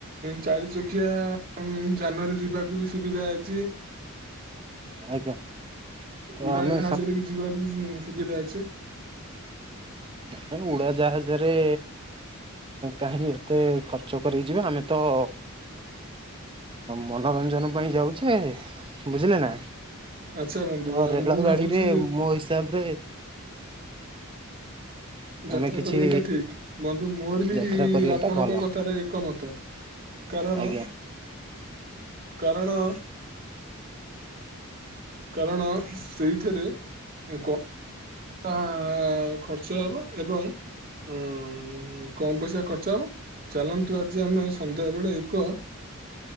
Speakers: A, on the right; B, on the right.
A: ଚାରି ଚକିଆ ଯାନରେ ଯିବାକୁ ବି ସୁବିଧା ଅଛି।
B: ଆଜ୍ଞା ତ
A: ଉଡା
B: ଆମେ
A: ଜାହାଜରେ ବି ଯିବାକୁ ସୁବିଧା ଅଛି
B: ହେ ଉଡାଜାହାଜରେ କାହିଁକି ଏତେ ଖର୍ଚ୍ଚ କରାଇ ଯିବା ଆମେ ତ ମନୋରଞ୍ଜନ ପାଇଁ ଯାଉଛେ ବୁଝିଲେ ନା
A: ଆଚ୍ଛା ବନ୍ଧୁ
B: ତ ରେଳ
A: ମୁଁ
B: ଗାଡିରେ
A: ଭାବୁଛି
B: ମୋ ହିସାବରେ
A: ଯାତ୍ରା
B: ଆମେ କିଛି
A: କରିବାଟା ଠିକ୍ ବନ୍ଧୁ ମୋର ବି
B: ଯାତ୍ରା କରିବା
A: ଆପଣଙ୍କ
B: ଟା ଭଲ
A: କଥାରେ ଏକମତ କାରଣ
B: ଆଜ୍ଞା
A: କାରଣ କାରଣ ସେଇଥିରେ କ ଅବା ଖର୍ଚ୍ଚ ହବ ଏବଂ ଉଁ କମ୍ ପଇସା ଖର୍ଚ୍ଚ ହବ। ଚାଲନ୍ତୁ ଆଜି ଆମେ ସନ୍ଧ୍ୟା ବେଳେ ଏକୁଆ